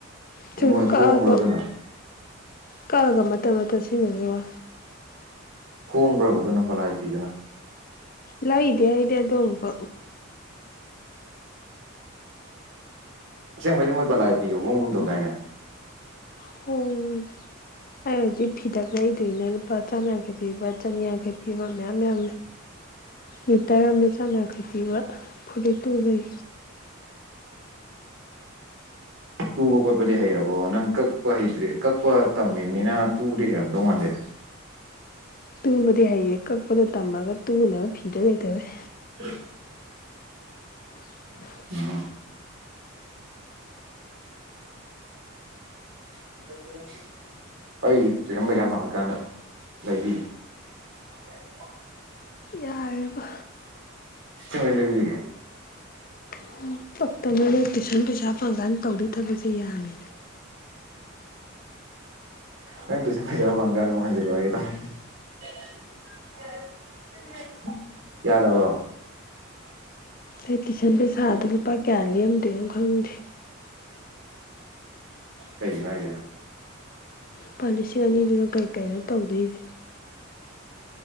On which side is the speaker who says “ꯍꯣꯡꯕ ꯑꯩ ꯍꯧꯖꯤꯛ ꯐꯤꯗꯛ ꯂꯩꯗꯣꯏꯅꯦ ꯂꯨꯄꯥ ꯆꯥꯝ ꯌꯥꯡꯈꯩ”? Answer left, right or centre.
Left